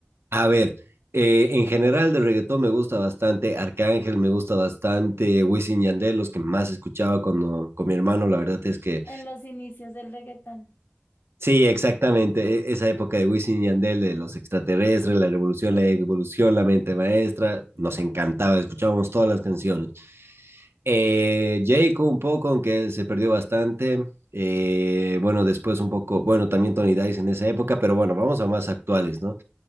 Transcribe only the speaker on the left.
En los inicios del reggaetón.